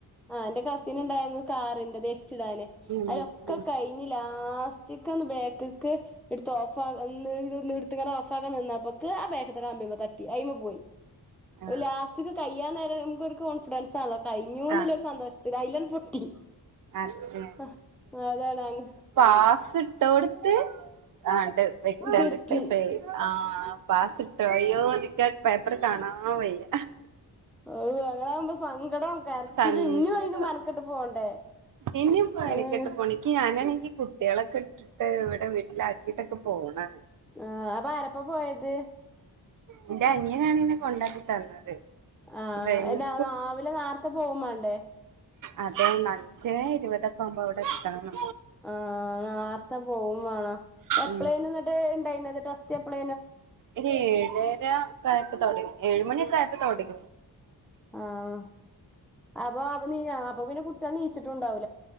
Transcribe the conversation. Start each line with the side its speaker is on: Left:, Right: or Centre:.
Centre: ആഹ് എന്റെ കസിൻ ഇണ്ടായിരുന്നു കാറിന്റതേ എച്ച് ഇടാന്
Right: ഉം
Centre: അവരൊക്കെ
Right: ഉം
Centre: കഴിഞ്ഞില്ല <unintelligible> വന്ന് ബേക്കിക്ക് എടുത്തു ഓഫ് <unintelligible> എടുത്തിങ്ങനെ ഓഫ് ആക്കാൻ നിന്നു അപ്പൊ <unintelligible> ആ ബേക്കത്തെ കമ്പിമ്മേ തട്ടി അയിമെ പോയി.
Right: ആഹ്
Centre: ലാസ്റ്റ്ക്ക് കയ്യാൻ നേരം <unintelligible> കോൻഫിഡൻസ ഉള്ളേ കയ് <unintelligible>
Right: ആഹ്
Centre: ഒരു സന്തോഷത്തിന് <unintelligible> പൊട്ടി
Right: അതെ
Centre: ആഹ് അതാണു അങ്
Right: <unintelligible> ഇട്ടൊ കൊടുത്ത്. ആഹ് ഇണ്ട് വെട്ട് കണ്ടിട്ടെ
Centre: തെറ്റി
Right: <unintelligible> ആഹ് പാസ്സിട്ട് അയ്യോ <unintelligible> പേപ്പർ കാണാ <unintelligible> വയ്യ
Centre: ഓഹ് അങ്ങന ആകുമ്പ സങ്കടം കരച്ചിലും
Right: സങ്കട
Centre: ഇഞ്ഞും അയിന് മെനക്കെട്ട് പോണ്ടേ
Right: ഇനിപ്പ മെനക്കെട്ട്
Centre: അതാണ്
Right: പണിക്ക് ഞാനണേ ഈ കുട്ടികളൊക്കെ ഇട്ടിട്ട് ഇവിടെ വീട്ടില് ആക്കിട്ടൊക്കെ പോണാ
Centre: ആഹ് പ്പൊ അ ആരൊപ്പം പോയത്
Right: എന്റെ അനിയനാണ് ഇങ്ങനെ കൊണ്ടക്കി തന്നത്.
Centre: ആഹ്
Right: ഡ്രൈവിംഗ്
Centre: എന്നാ രാവിലെ നേരത്തെ പോവും വേണ്ടേ
Right: അതെ അഞ്ചേ ഇരുപതൊക്കെ ആവുമ്പോ അവിടെ എത്തണൂന്ന്
Centre: ആഹ് നേർത്തെ പോകും വേണം എപ്പളേലും
Right: ഉം
Centre: എന്നിട്ട് <unintelligible> ടെസ്റ്റ് എപ്പളെ
Right: ഒരു ഏഴര ഒക്കെ ആയപ്പോ തൊടങ്ങി ഏഴു മണിയക്കൊ ആയപ്പോ തൊടങ്ങി
Centre: ആഹ് അപ്പൊ, അപ്പൊ നീയാ അപ്പൊ പിന്നെ കുട്ടികള് എണീച്ചിട്ടുണ്ടാവു